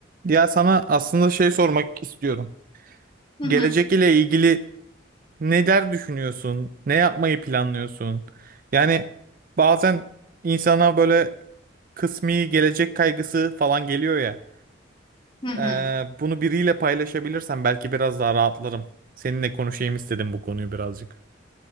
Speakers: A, on the right (about 45°); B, on the left (about 25°).
A: Ya sana aslında şey sormak istiyorum.
B: Hı hı,
A: Gelecek ile ilgili neler düşünüyorsun? Ne yapmayı planlıyorsun? Yani bazen insana böyle kısmi gelecek kaygısı falan geliyor ya.
B: hı hı.
A: Ee, bunu biriyle paylaşabilirsem belki biraz daha rahatlarım. Seninle konuşayım istedim bu konuyu birazcık.